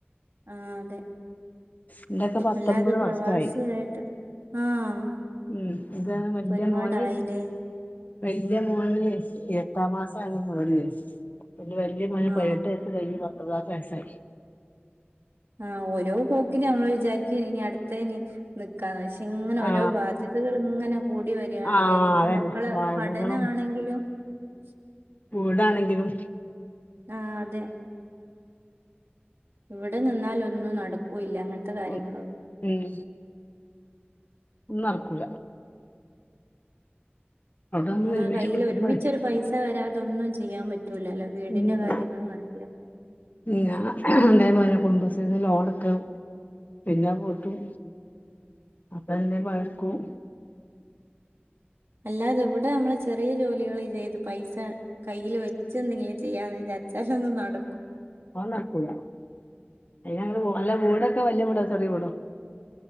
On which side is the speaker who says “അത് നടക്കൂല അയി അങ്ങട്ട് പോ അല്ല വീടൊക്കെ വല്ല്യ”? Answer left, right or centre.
Left